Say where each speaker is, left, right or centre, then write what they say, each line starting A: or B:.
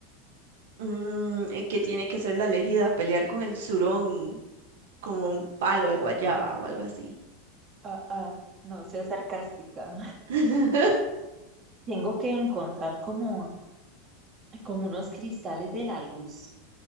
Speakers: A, on the right; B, on the right.
A: Mm, y que tiene que ser la elegida, pelear con el surón con un palo de guayaba o algo así.
B: Ah, ah, no sea sarcástica.
A: <laughs>
B: Tengo que encontrar como, como unos cristales de la luz